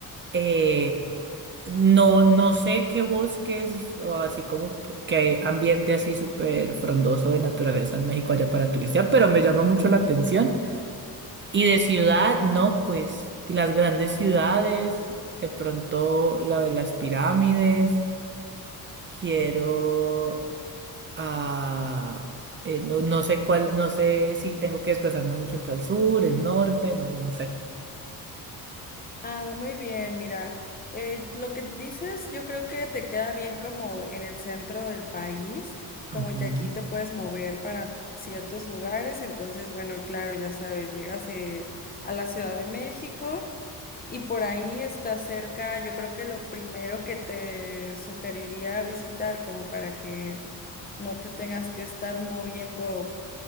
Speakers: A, on the right; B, on the left.
A: Eh, no, no sé qué bosques o así como p- qué ambiente así súper frondoso de naturaleza en México allá para turistear, pero me llama mucho la atención. Y de ciudad, no, pues las grandes ciudades, de pronto la de las pirámides, quiero a... eh, no, no sé cuál, no sé si tengo que desplazarme mucho entre el sur, el norte, no, no sé.
B: Ah, muy bien, mira, eh, lo que dices yo creo que te queda bien como en el centro del país, como
A: Ujú,
B: que aquí te puedes mover para ciertos lugares, entonces bueno, claro, ya sabes, llegas eh, a la Ciudad de México y por ahí está cerca, yo creo que lo primero que te sugeriría visitar como para que no te tengas que estar moviendo